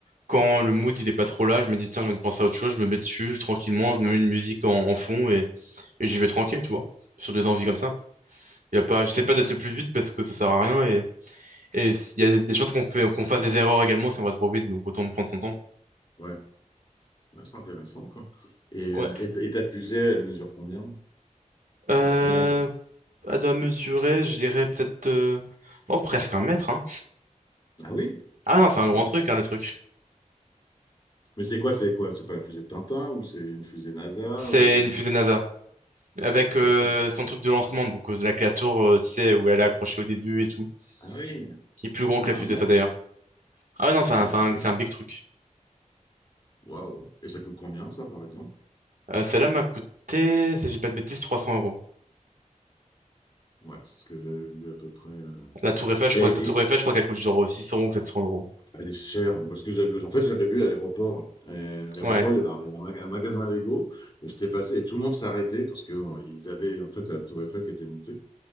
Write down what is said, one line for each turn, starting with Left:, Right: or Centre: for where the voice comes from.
Right: quand le mood, il est pas trop là, je me dis, tiens, j'ai envie de penser à autre chose, je me mets dessus tranquillement, je me mets une musique en, en fond et, et j'y vais tranquille, tu vois. Sur des envies comme ça. Y a pas, j'essaie pas d'être le plus vite parce que ça sert à rien Et il y a des chances qu'on fait, qu'on fasse des erreurs également si on va trop vite, donc autant prendre son temps.
Left: Ouais, ouais, c'est intéressant, quoi. Et,
Right: Ouais.
Left: euh, et, ta et ta fusée, elle mesure combien
Right: Euh,
Left: au final?
Right: à doigt mesurer, je dirais peut-être. euh, Oh, presque un mètre, hein.
Left: Ah oui?
Right: Ah non, c'est un
Left: ouais,
Right: grand truc, hein, le truc.
Left: Mais c'est quoi, c'est quoi? C'est pas la fusée de Tintin ou c'est une fusée NASA
Right: C'est
Left: ou...
Right: une fusée NASA. Avec euh,
Left: D'accord.
Right: son truc de lancement, donc euh, avec la tour, euh, tu sais, où elle est accrochée au début et tout.
Left: Ah oui,
Right: Qui est plus grand
Left: Putain,
Right: que la
Left: un
Right: fusée,
Left: mètre?
Right: ça d'ailleurs. Ah non, c'est
Left: Un
Right: un,
Left: mètre,
Right: c'est un,
Left: c'est...
Right: c'est un big
Left: c'est-
Right: truc.
Left: Waouh. Et ça coûte combien, ça, par exemple?
Right: Euh, celle-là m'a coûté, si j'ai pas de bêtises, 300 euros.
Left: Ouais, c'est ce que j'avais vu à peu près. euh.
Right: La tour Eiffel, je
Left: Et,
Right: crois, la tour
Left: et
Right: Eiffel, je crois qu'elle coûte genre 600 ou 700 euros.
Left: elle est chère. Parce que j'avais, en fait, je l'avais vu à l'aéroport. Et À l'aéroport,
Right: Ouais,
Left: il y avait un, il y a un maga- un magasin Lego. Et j'étais passé et tout le monde s'arrêtait parce que euh, ils avaient, en fait, la tour Eiffel qui était montée.